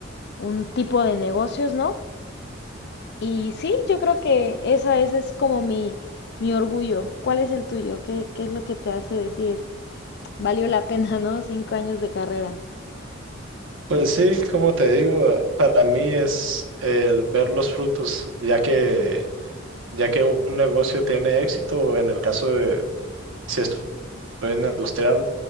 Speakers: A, on the left (about 55°); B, on the right (about 70°).
A: un tipo de negocios, ¿no? Y sí, yo creo que esa, ese es como mi, mi orgullo. ¿Cuál es el tuyo? ¿Qué, qué es lo que te hace decir, valió la pena, ¿no? Cinco años de carrera.
B: Pues sí, como te digo, para mí es el ver los frutos, ya que, ya que un un negocio tiene éxito, en el caso de si estoy en el industrial,